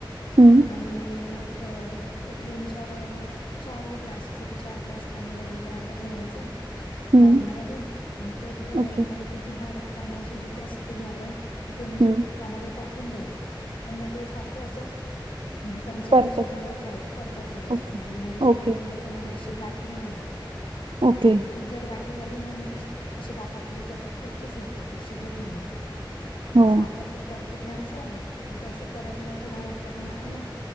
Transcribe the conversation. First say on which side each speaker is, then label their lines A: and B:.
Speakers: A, on the right (about 75°); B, on the left (about 85°).
A: हं,
B: आणि मग, एक दोन, चार चार ग्लास. छोटे चार ग्लास पाणी गरम करायला ठेवायचं.
A: हं.
B: भांड्यामध्ये आणि तो थोड
A: ओके.
B: गरम झाला की, जी बारीक तांदळाची जी पेस्ट केली आपण. कि ते म्हणजे
A: हं.
B: त्यांमध्ये टाकून द्यायचं, पण मग ते सारखं असं. चमचाने
A: परत
B: अशी हलवत राहाय परतत राहायची.
A: ओके.
B: म्हणजे म्हणजे जेणेकरून
A: ओके,
B: तेच्यामध्ये अशी गाठी नाही होणार.
A: ओके.
B: हं. ती जर गा ठी झाली ना म ती अशी दाता खाली कच्चीच लागते ती शिजत नाही मग पण. म्हणजे
A: हो.
B: सारखं असं परतत राहायचं. एकदा अस परतलं थोडा घट्टपणा आला